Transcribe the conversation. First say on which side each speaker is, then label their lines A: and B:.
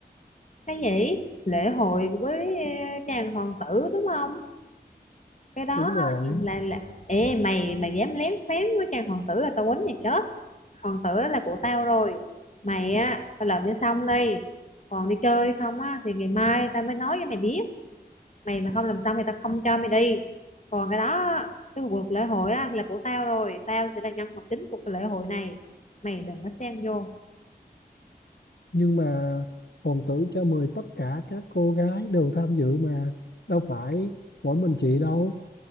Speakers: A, on the left; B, on the left.
A: cái gì lễ hội với ờ, chàng hoàng tử đúng không cái đó
B: Đúng rồi,
A: á, thì là, là ê mày mày dám lén phén với chàng hoàng tử là tao quýnh mày chết hoàng tử là của tao rồi mày á phải làm cho xong đi còn đi chơi không á thì ngày mai tao mới nói cho mày biết mày mà không làm xong thì tao không cho mày đi còn cái đó cái cuộc lễ hội á là của tao rồi tao sẽ là nhân vật chính của cái lễ hội này mày đừng có xen vô
B: nhưng mà hoàng tử cho mời tất cả các cô gái đều tham dự mà. Đâu phải mỗi mình chị đâu,